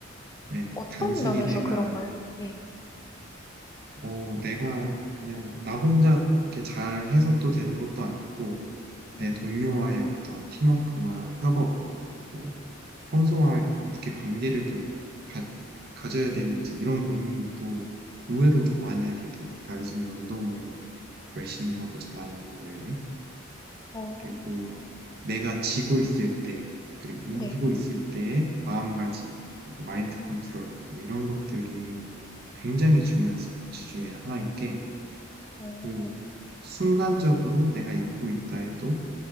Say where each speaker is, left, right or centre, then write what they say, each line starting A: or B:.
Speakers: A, on the right (about 50°); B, on the left (about 20°).
A: 네,
B: 어떤
A: 단순히
B: 면에서
A: 내가
B: 그런가요? 네.
A: 어, 내가 그냥 나 혼자 이렇게 잘 해서 또 되는 것도 아니고,
B: 음.
A: 내 동료와의 어떤 팀워크나 협업, 그리고 평소와 어떻게 관계를 또 가, 가져야 되는지 이런 고민도 의외로 더 많이 하게 돼요. 단순히 운동을 열심히 하고 잘하는 거 외에.
B: 어.
A: 그리고 내가 지고 있을 때, 그리고 이기고
B: 네.
A: 있을 때의 마음가짐, 그리고 마인드
B: 음.
A: 컨트롤, 뭐 이런 것들이 굉장히 중요한 스포츠 중에 하나인 게,
B: 어.
A: 그 순간적으로 내가 일고 있다 해도